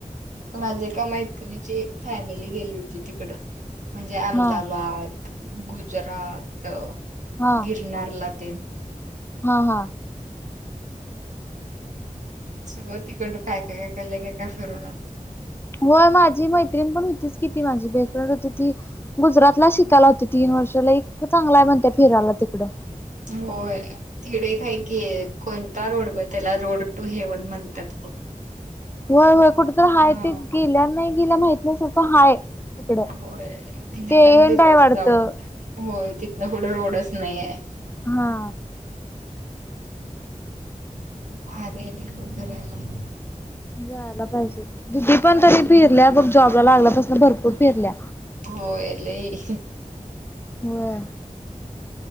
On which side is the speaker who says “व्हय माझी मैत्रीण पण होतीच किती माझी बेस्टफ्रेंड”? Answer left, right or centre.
Left